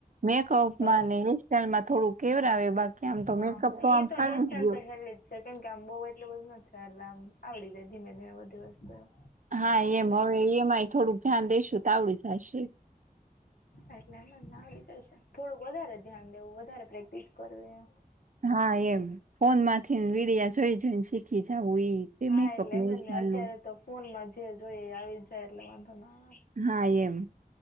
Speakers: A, on the right; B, on the left.
A: મેકઅપ
B: તો
A: માં અને હેરસ્ટાઈલમાં થોડું કેવર આવે બાકી આમ તો
B: હા
A: મેકઅપ
B: એ
A: આમ
B: તો
A: ફાવી
B: એસ્ટ
A: જ
B: એલ્
A: ગયો
B: તો એલ્ છે કેમ કે આમ બહુ એટલું બધું નથી છે એટલે આમ આવડી જાય ધીમે ધીમે બધી વસ્તુ એમ
A: હા એમ હવે એમાંય થોડુંક ધ્યાન દઈેશુ ત આવડી જશે
B: એટલે એમ લાવડી દશે થોડુંક વધારે ધ્યાન વધારે પ્રેક્ટિસ કરવી એ
A: હા એમ ફોન માંથી વિીડિયા જોઈ જોઈને શીખી જવું ઈ તે
B: હા
A: મેકઅપ
B: એટલે એમ
A: હેરસ્ટાઈલ
B: જ ને અત્યારે
A: નું
B: તો ફોનમાં જે જોઈ એ આવી જાય એટલે વાંધો ના
A: હા એમ